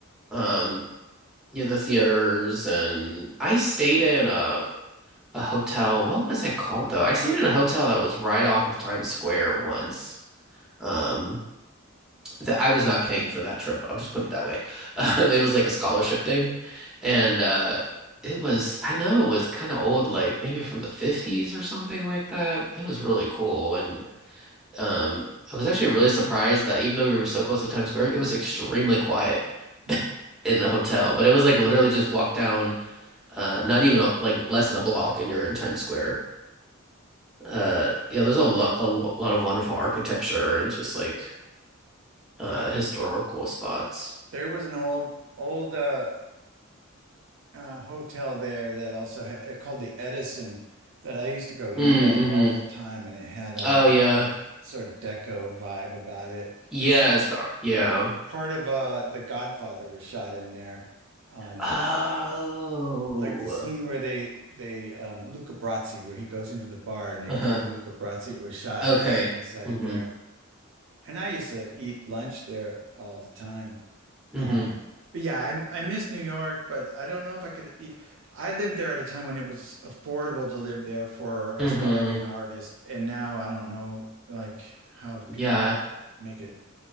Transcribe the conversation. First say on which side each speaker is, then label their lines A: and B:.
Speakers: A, in the centre; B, on the right (about 60°).
A: Um, yeah, the theaters and I stayed in a a hotel. What was it called though? I stayed in a hotel that was right off of Times Square once. Um. that I was not paying for that trip. I'll just put it that way. <laughs> Um, it was like a scholarship thing, and uh, it was I know it was kind of old, like maybe from the 50s or something like that. It was really cool, and um, I was actually really surprised that even though we were so close to Times Square, it was extremely quiet
B: Mm.
A: in the hotel. But it was like literally just walk down, uh, not even a, like less than a block, and you're in Times Square. Uh, yeah, there's a lot a lo- lot of wonderful architecture and just like uh
B: Yeah, th
A: historical spots.
B: there was an old old uh uh, hotel there that also ha uh, called the Edison that I used to go eat
A: Mm-hmm.
B: at all the time, and it had all
A: Oh
B: that
A: yeah.
B: old sort of deco vibe about it.
A: Yes,
B: They sh
A: the ar- yeah.
B: part of uh The Godfather was shot in there, um,
A: Oh.
B: like the scene where they they um, Luca Brasi where he goes into the bar and they
A: Uh-huh.
B: kill Luca Brasi. It was shot
A: Okay.
B: in inside
A: hmm
B: there, and I used to eat lunch there all the time.
A: hmm
B: Um, but yeah, I I miss New York, but I don't know if I could. e, I lived there at a time when it was affordable to live there for a
A: hmm
B: starving artist, and now I don't know like how
A: Yeah.
B: people make make it.